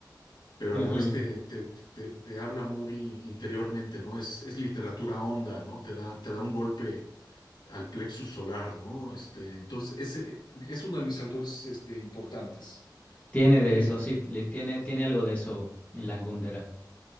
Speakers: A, on the left; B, on the left.
A: pero
B: ujú.
A: a la vez te, te, te, te habla muy interiormente, ¿no? Es, es literatura honda, ¿no? Te da, te da un golpe al plexus solar, ¿no? Este, entonces, ese es uno de mis autores este, importantes,
B: Tiene de
A: que,
B: eso, sí, le tiene, tiene algo de eso Milan Kundera.